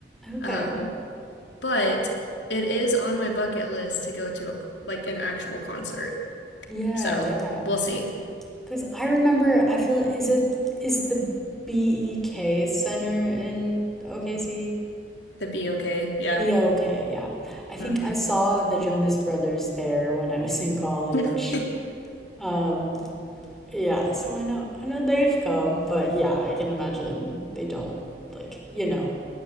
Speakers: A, in the centre; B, on the left.
A: Okay.
B: Um, but it is on my bucket list to go to a, like an actual concert.
A: Yeah,
B: So,
A: yeah.
B: we'll see.
A: Because I remember, I feel, is it, is the BEK Center in OKC?
B: The B okay, yeah.
A: BOK, yeah. I think
B: hmm
A: I saw the Jonas Brothers there when I was in college.
B: <laughs>
A: Um, yeah, so I know I know they've come, but yeah, I can imagine they don't like, you know,